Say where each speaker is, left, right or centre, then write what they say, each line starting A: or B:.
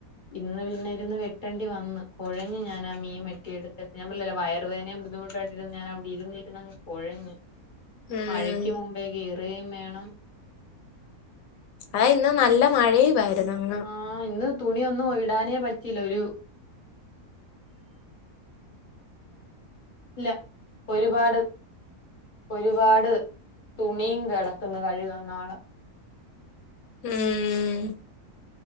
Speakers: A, on the left (about 45°); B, on the left (about 70°).
A: ഇന്ന് പിന്നെ ഇരുന്ന് വെട്ടണ്ടി വന്ന് കുഴഞ് ഞാൻ ആ മീൻ വെട്ടി എടുത്ത് ഞാൻ പാറല്ല വയറുവേദനയും ബുദ്ധിമുട്ടായിട്ട് <unintelligible> ഞാനവിടെ ഇരുന്നിരുന്നങ് കുഴഞ്ഞു
B: <inaudible> ഉം
A: മഴയ്ക്ക് മുമ്പേ ഗീറുകയും വേണം
B: അ ഇന്ന് നല്ല മഴയ ആയിരുന്നു അങ്
A: ആഹ് ഇന്ന് തുണിയൊന്നും ഇടാനേ പറ്റില്ല ഒരു ഇല്ല ഒരുപാട് ഒരുപാട് തുണിയും കിടക്കുന്ന് കഴുകാൻ നാളേ.
B: ഉം ഉം